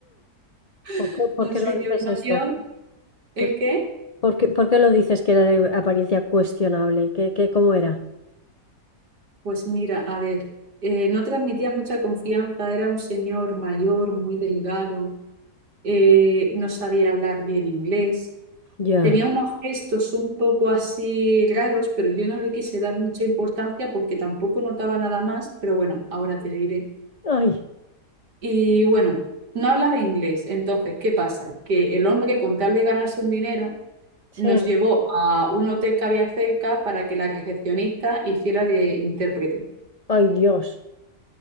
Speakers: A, on the left (about 80°); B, on the right (about 85°).
A: ¿Por
B: <laughs>
A: qué, por
B: un
A: qué
B: señor
A: lo dices
B: mayor,
A: esto?
B: el
A: ¿Por,
B: que,
A: por qué, por qué lo dices que era de apariencia cuestionable? ¿Qué, qué, cómo era?
B: pues mira, a ver, eh, no transmitía mucha confianza, era un señor mayor, muy delgado, eh, no sabía hablar bien inglés.
A: Ya.
B: Tenía unos gestos un poco así raros, pero yo no le quise dar mucha importancia porque tampoco notaba nada más, pero bueno, ahora te diré.
A: Ay,
B: Y bueno, no hablaba inglés, entonces, ¿qué pasa? Que el hombre, con tal de ganarse un dinero,
A: sí.
B: nos llevó a un hotel que había cerca para que la recepcionista hiciera de intérprete.
A: Ay, Dios.